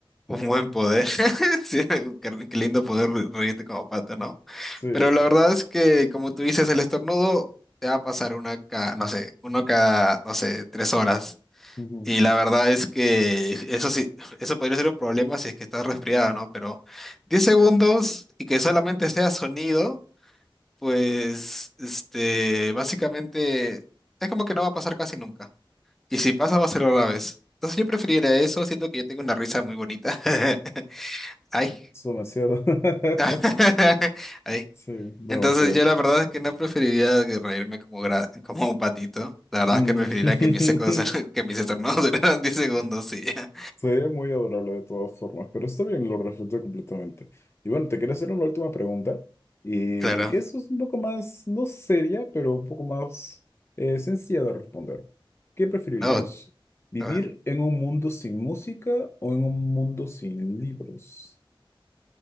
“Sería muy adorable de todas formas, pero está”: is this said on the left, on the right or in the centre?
Left